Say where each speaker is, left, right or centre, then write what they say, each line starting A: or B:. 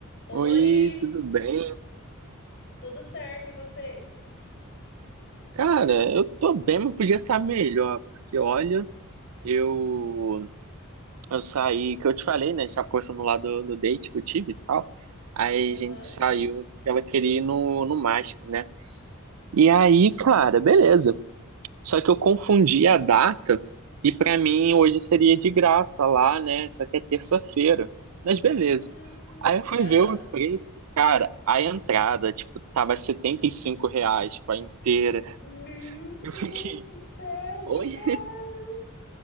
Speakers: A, on the left; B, on the right.
A: Oi,
B: Oi, tudo bem?
A: tudo certo e você?
B: Cara, eu tô bem, mas podia estar melhor, porque olha, eu eu saí, que eu te falei, né? A gente tava conversando lá do, do date que eu tive e tal. Aí
A: Aham.
B: a gente saiu, porque ela queria ir no, no MASP, né? E aí, cara, beleza. Só que eu confundi a data e pra mim hoje seria de graça lá, né? Só que é terça-feira. Mas beleza.
A: Hum,
B: Aí eu fui
A: ah.
B: ver o preço, cara, a entrada, tipo, tava R$ 75 reais, tipo, a inteira
A: Meu
B: Eu
A: Deus
B: fiquei,
A: do céu, que
B: oi?
A: caro!